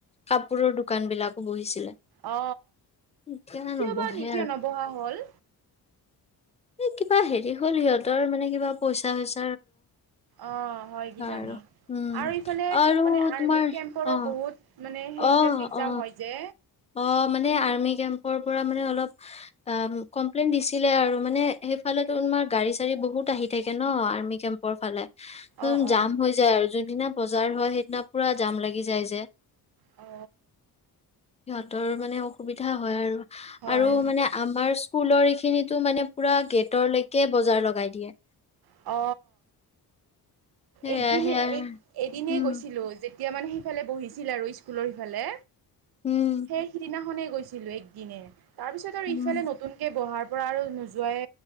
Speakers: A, on the left; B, on the right.
A: কাপোৰৰ দু দোকান বিলাকো বহিছিলে
B: অ
A: এতিয়া
B: কিয়
A: নবহে
B: বাৰু নিতিয়া নবহা হ'ল
A: এ কিবা হেৰি হ'ল সিহঁতৰ মানে কিবা পইচা হৈছে
B: অ হয় কিজানি
A: আৰু উম
B: আৰু ইফালে
A: আৰু
B: মানে আৰ্মি
A: তোমাৰ
B: কেম্পৰো
A: অ
B: বহুত মানে সেই
A: অ
B: ট্ৰেফিক জাম
A: অ
B: হয় যে
A: অ মানে আৰ্মি কেম্পৰ পৰা মানে অলপ অ কমপ্লেইন দিছিলে আৰু মানে সেইফালে তোমাৰ গাড়ী চাড়ী বহুত আহি থাকে ন কেম্পৰ ফালে
B: অ
A: উম
B: অ
A: জাম হৈ যায় আৰু যোনদিনা বজাৰ হয় সেইদিনা পুৰা জাম লাগি যায় যে
B: অ
A: সিহঁতৰ মানে অসুবিধা হয় আৰু
B: হয়
A: আৰু মানে আমাৰ স্কুলৰ খিনিতো মানে পুৰা গেটৰ লকে বজাৰ লগাই দিয়ে
B: অ
A: সেয়া
B: একদিনে
A: সেয়া
B: এক এদিনে
A: উম
B: গৈছিলো যেতিয়া মানে সেইফালে বহিছিল আৰু স্কুল স্কুলৰ সিফালে
A: উম
B: সেই সিদিনাখনে গৈছিলো এক দিনে তাৰ পিছত আৰু
A: উম
B: ইফালে নতুনকে বহাৰ ত পৰা আৰু নোযোৱাই